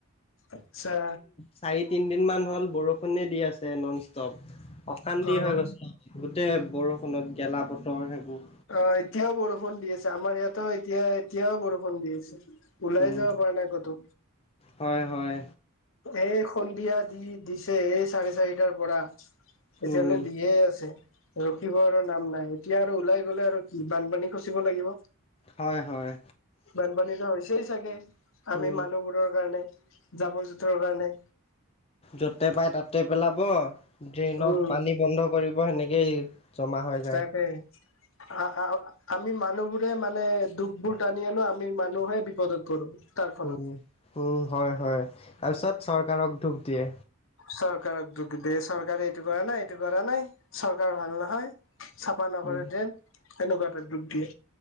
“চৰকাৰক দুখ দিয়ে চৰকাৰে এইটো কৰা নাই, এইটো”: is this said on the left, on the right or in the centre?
Left